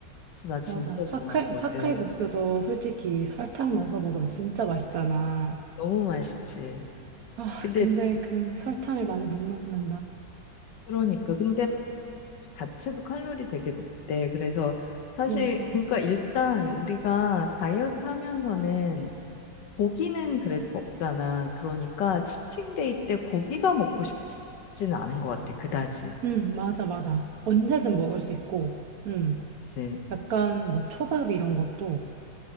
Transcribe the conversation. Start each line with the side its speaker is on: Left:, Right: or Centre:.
Left: 없어. 나 진짜
Right: 맞아.
Left: 좋아하거든.
Right: 팥칼, 팥칼 국수도 솔직히 설탕 넣어서 먹으면 진짜 맛있잖아.
Left: 너무 맛있지.
Right: 아,
Left: 근데
Right: 근데 그 설탕을 많이 못 넣는다.
Left: 그러니까 근데 자체도 칼로리 되게 높대. 그래서 사실
Right: 맞아.
Left: 그러니까 일단 우리가 다이어트 하면서는 고기는 그래도 먹잖아. 그러니까 치팅데이 때 고기가 먹고 싶지는 않은 것 같아. 그다지.
Right: 응, 맞아, 맞아. 언제든
Left: 그치.
Right: 먹을 수 있고, 응.
Left: 이제
Right: 약간 뭐 초밥 이런 것도,